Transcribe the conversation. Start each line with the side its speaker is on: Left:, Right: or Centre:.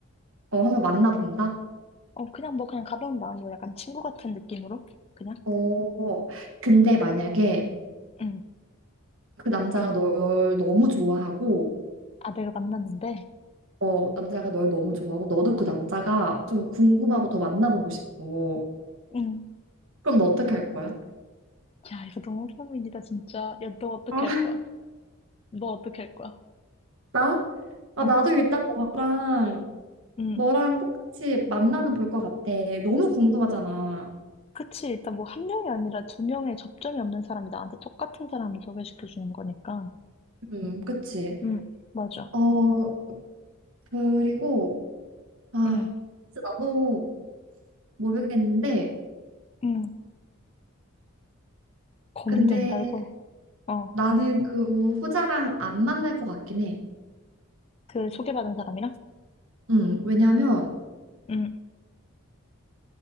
Right: 어, 한번 만나본다?
Left: 어, 그냥 뭐, 그냥 가벼운 마음으로 약간 친구 같은 느낌으로? 그냥?
Right: 어, 근데 만약에
Left: 응.
Right: 그 남자가 널 너무 좋아하고,
Left: 아, 내가 만났는데?
Right: 어, 남자가 널 너무 좋아하고, 너도 그 남자가 좀 궁금하고 더 만나보고 싶어.
Left: 응.
Right: 그럼 너 어떡할 거야?
Left: 야, 이거 너무 고민이다, 진짜. 야, 너 어떻게
Right: 아,
Left: 할 거야? 너 어떻게 할 거야?
Right: 나? 아,
Left: 어,
Right: 나도 일단 너랑
Left: 음.
Right: 너랑 똑같이 만나는 볼 것 같아. 너무 궁금하잖아.
Left: 그치. 일단 뭐 한 명이 아니라 두 명의 접점이 없는 사람이 나한테 똑같은 사람을 소개시켜 주는 거니까.
Right: 음, 그치.
Left: 응, 맞아.
Right: 어, 그리고, 아,
Left: 음,
Right: 진짜 나도 모르겠는데,
Left: 음, 고민된다,
Right: 근데
Left: 이거. 어,
Right: 나는 그 후자랑 안 만날 것 같긴 해.
Left: 그 소개받은 사람이랑?
Right: 음, 왜냐면
Left: 음,